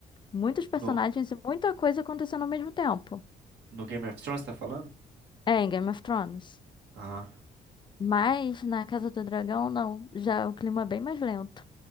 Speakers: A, on the left; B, on the right.
A: Muitos personagens
B: No,
A: e muita coisa acontecendo ao mesmo tempo.
B: no Game of Thrones, tá falando?
A: É, em Game of Thrones.
B: Ah.
A: Mas na Casa do Dragão, não. Já é o clima é bem mais lento.